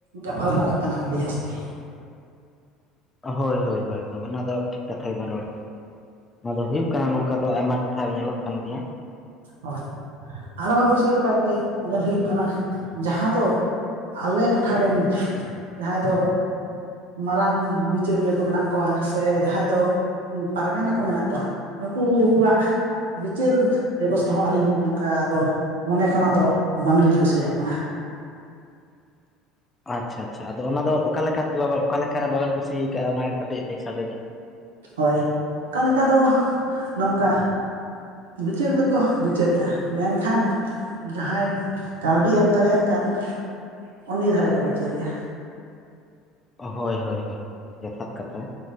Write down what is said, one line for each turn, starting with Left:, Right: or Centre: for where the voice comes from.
Right: ᱜᱟᱯᱟᱞ ᱢᱟᱨᱟᱜ ᱠᱟᱱᱟ ᱠᱚ ᱟᱹᱰᱤ ᱡᱟᱹᱥᱛᱤ᱾
Left: ᱦᱳᱭ ᱦᱳᱭ ᱦᱳᱭ ᱚᱱᱟ ᱫᱚ ᱴᱷᱤᱠ ᱠᱟᱛᱷᱟ ᱜᱮᱵᱮᱱ ᱨᱚᱲ ᱮᱫᱟ᱾ ᱱᱚᱣᱟ ᱫᱚ ᱦᱩᱭᱩᱜ ᱠᱟᱱᱟ, ᱱᱚᱝᱠᱟ ᱫᱚ ᱟᱭᱢᱟ ᱴᱚᱴᱷᱟ ᱨᱮ ᱧᱮᱞᱚᱜ ᱠᱟᱱ ᱜᱮᱭᱟ᱾
Right: ᱦᱳᱭ ᱟᱨᱚ ᱵᱤᱥᱮᱥ ᱠᱟᱭᱛᱮ ᱧᱮᱞ ᱦᱩᱭᱩᱜ ᱠᱟᱱᱟ ᱡᱟᱦᱟᱸ ᱫᱚ ᱟᱞᱮ ᱴᱚᱴᱷᱟ ᱨᱮᱱ ᱡᱟᱦᱟᱸᱭ ᱫᱚ ᱢᱟᱨᱟᱝ ᱵᱤᱪᱟᱹᱨᱤᱭᱟᱹ ᱠᱚ ᱢᱮᱱᱟᱜ ᱠᱚᱣᱟ ᱥᱮ ᱡᱟᱦᱟᱸᱭ ᱫᱚ ᱩᱸ ᱯᱟᱨᱜᱟᱱᱟ ᱠᱚ ᱢᱮᱱᱟᱜ ᱠᱚᱣᱟ ᱱᱩᱠᱩᱣᱟᱜ ᱵᱤᱪᱟᱹᱨ ᱵᱮᱵᱚᱥᱛᱷᱟ ᱦᱚᱸ ᱟᱹᱞᱤᱧ ᱱᱚᱝᱠᱟ ᱟᱫᱚ ᱢᱚᱱᱮ ᱠᱷᱚᱱᱟᱜ ᱫᱚ ᱵᱟᱝᱞᱤᱧ ᱠᱩᱥᱤᱭᱟᱜ ᱠᱟᱱᱟ᱾
Left: ᱟᱪ-ᱪᱷᱟ ᱟᱪ-ᱪᱷᱟ ᱟᱫᱚ ᱚᱱᱟ ᱫᱚ ᱚᱠᱟ ᱞᱮᱠᱟᱛᱮ ᱚᱠᱟ ᱞᱮᱠᱟᱨᱮ ᱵᱟᱵᱮᱱ ᱠᱩᱥᱤ ᱟᱠᱟᱜ-ᱟ, ᱚᱱᱟ ᱜᱮ ᱠᱟᱹᱴᱤᱡ ᱞᱟᱹᱭ ᱥᱟᱰᱮ ᱵᱤᱱ?
Right: ᱦᱳᱭ ᱚᱠᱟ ᱞᱮᱠᱟ ᱫᱚ᱾ ᱱᱚᱝᱠᱟ ᱵᱤᱪᱟᱹᱨ ᱫᱚᱠᱚ ᱵᱤᱪᱟᱹᱨᱮᱜ-ᱟ ᱢᱮᱱᱠᱷᱟᱱ᱾ ᱡᱟᱦᱟᱸᱭ ᱠᱟᱣᱰᱤᱭ ᱮᱢ ᱫᱟᱲᱮᱭᱟᱜ ᱠᱟᱱ ᱩᱱᱤ ᱫᱷᱟᱨᱮ ᱠᱚ ᱵᱤᱪᱟᱹᱨᱮᱜ-ᱟ᱾
Left: ᱦᱳᱭ ᱦᱳᱭ ᱦᱳᱭ ᱡᱚᱛᱷᱟᱛ ᱠᱟᱛᱷᱟ